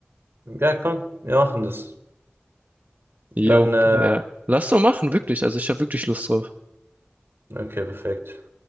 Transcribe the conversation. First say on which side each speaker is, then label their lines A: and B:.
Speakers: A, on the right; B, on the right.
A: Ja, komm, wir machen das. Dann,
B: Jo,
A: äh,
B: ja. Lass doch machen, wirklich. Also ich habe wirklich Lust drauf.
A: okay, perfekt.